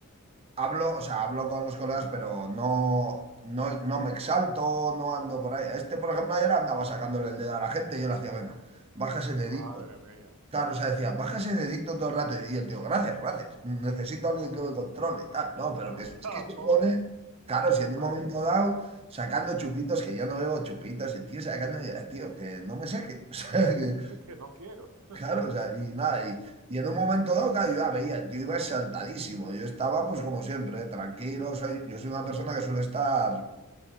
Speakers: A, on the right; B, on the right.
A: hablo, o sea, hablo con los colegas, pero no, no, no me exalto, no ando por ahí. Este, por ejemplo, ayer andaba sacándole el dedo a la gente y yo le hacía, venga, baja ese dedito.
B: Madre mía.
A: Claro, o sea, decía, baja ese dedito todo el rato. Y el tío, gracias, gracias. Necesito a alguien que me controle y tal. No, pero
B: <laughs>
A: que es es que
B: ah
A: se
B: Joder.
A: pone, claro, si en
B: Madre.
A: un momento dado, sacando chupitos, que yo no bebo chupitos, y tío, sacando, tío, que no me saque. <laughs> O sea, que...
B: <laughs> Que no quiero.
A: Claro, o sea, y nada, y, y en un momento dado, claro, yo ya veía, el tío iba exaltadísimo. Yo estaba, pues como siempre, ¿eh? tranquilo. Soy, yo soy una persona que suele estar,